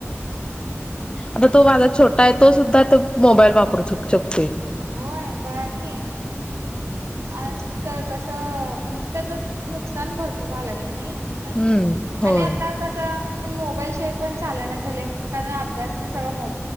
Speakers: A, on the left; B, on the right.
A: आता तो माझा छोटा आहे तो सुद्धा त मोबाईल वापरू शक शक
B: होय बघा की आज क कसं म्हणजे त्याच नुकसान भरपूर व्हायला लागलं नाही. मुलांच
A: हम्म
B: आणि
A: होय
B: आता कस मोबाईल, शिवाय पण चाल न झालाय कारण अभ्यास न सगळ मो